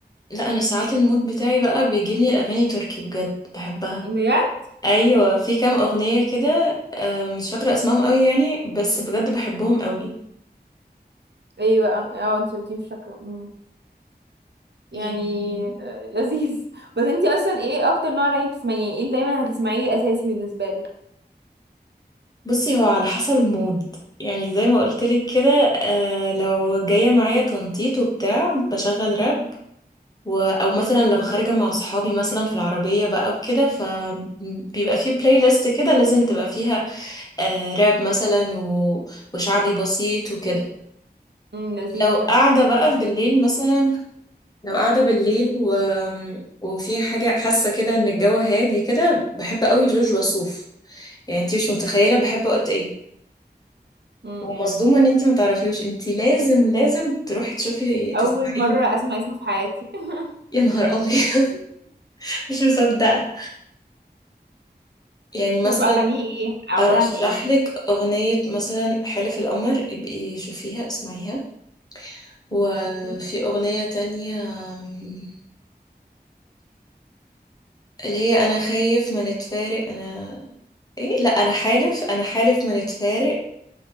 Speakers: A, on the left (about 20°); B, on the right (about 80°).
A: لا انا ساعات المود بتاعي بقى بيجيبني الاغاني تركي بجد بحبها
B: بجد
A: ايوه في كام اغنيه كده آه، مش فاكره اسمائهم قوي يعني بس بجد بحبهم قوي
B: ايه بقى اه انت قلتي مش فاكره أمم. يعني
A: يعني
B: آه، لذيذ <laughs> بس انتي اصلا ايه اكتر نوع اغاني بتسمعيه يعني ايه اللي دايما هتسمعيه اساسي بالنسبه لك
A: بصي هو على حسب المود يعني زي ما قلتلك كده آه، لو جايه معايا تنطيط وبتاع بشغل راب و... او مثلا
B: مم،
A: لو خارجه مع صحابي مثلا في العربيه بقى وكده فبيبقى في بلاي ليست كده لازم تبقى فيها آه، راب مثلا و... وشعبي بسيط وكده
B: مم، لذيذ
A: لو قاعده
B: ده
A: بقى بالليل مثلا لو قاعدة بالليل و... وفي حاجة حاسة كده ان الجو هادي كده بحب قوي جورج وسوف يعني انتي مش متخيلة بحبه قد ايه
B: مم،
A: ومصدومة
B: مم.
A: ان انتي ما تعرفيوش انتي لازم لازم تروحي تشوفي تسمعيه
B: اول مره اسمع اسمه في حياتي <laughs>
A: يا نهار ابيض <laughs> مش مصدقة يعني مثلا
B: طب اغانيه ايه عباره
A: ارشح
B: عن ايه
A: لك اغنية مثلا حلف القمر ابقي شوفيها اسمعيها وفي
B: ماشي
A: اغنية تانية أم، اللي هي انا خايف ما نتفارق انا ايه لا انا حالف انا حالف ما نتفارق